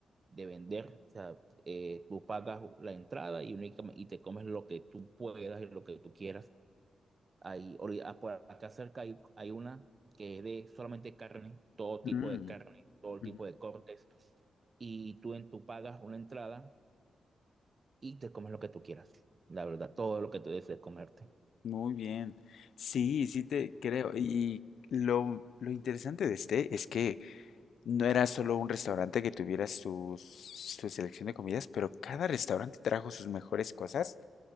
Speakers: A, on the right (about 35°); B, on the left (about 80°).
A: de vender. O sea, eh, tú pagas la entrada y, únicamente, y te comes lo que tú puedas y lo que tú quieras. Hay, ori- ah, por acá cerca hay, hay una que es de solamente carne, todo tipo
B: Mm,
A: de carne, todo
B: ujú.
A: tipo de cortes. Y tú, en, tú pagas una entrada y te comes lo que tú quieras. La verdad, todo lo que tú desees comerte.
B: Muy bien. Sí, sí te creo. Y lo, lo interesante de este es que No era solo un restaurante que tuviera su su, selección de comidas, pero cada restaurante trajo sus mejores cosas.